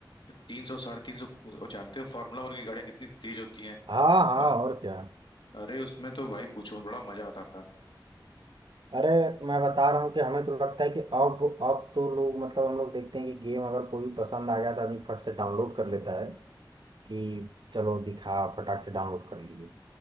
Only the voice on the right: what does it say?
हाँ हाँ
और क्या
अरे मैं बता रहा हूँ कि हमें तो लगता है कि अब अब तो लोग मतलब हम लोग देखते हैं कि गेम अगर कोई भी पसंद आ गया तो आदमी फट से डाउनलोड कर लेता है कि चलो दिखा फटाक से डाउनलोड कर लिए